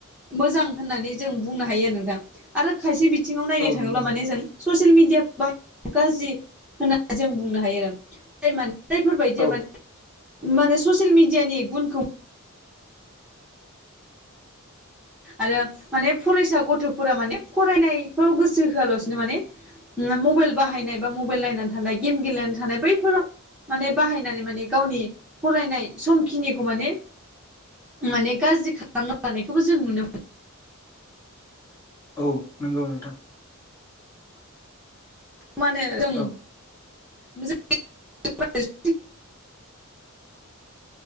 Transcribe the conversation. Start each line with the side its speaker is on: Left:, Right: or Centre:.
Centre: मोजां होननानै जों बुंनो हायो आरो नोंथां आरो खायसे बिथिङाव नायनो
Left: औ
Centre: थाङोब्ला
Left: नंगौ नोंथां
Centre: माने जों ससियेल मिडियाखौ गाज्रि होननानै जों बुंनो हायो आरो जाय माने जायफोरबायदिया
Left: औ
Centre: माने माने ससियेल मिडियानि गुनखौ आरो माने फरायसा गथ'फोरा माने फरायनायफ्राव गोसो होआलासिनो माने मबाइल बाहायनाय बा मबाइल नायनानै थानाय गेम गेलेनानै थानाय बैफोराव माने बाहायनानै माने गावनि फरायनाय समखिनिखौ माने माने गाज्रि खालामना लानायखौबो जों नुनो मोनो
Left: औ नंगौ नोंथां
Centre: मा होनो जों
Left: औ
Centre: मोजां